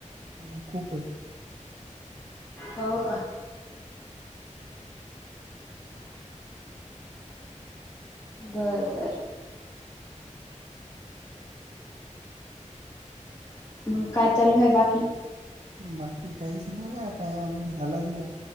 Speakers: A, on the right; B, on the left.
A: हा खूप आहे.
B: हो का बरबर मग काय चालू आहे बाकी
A: बाकी काहीच नाही आता टम हलागि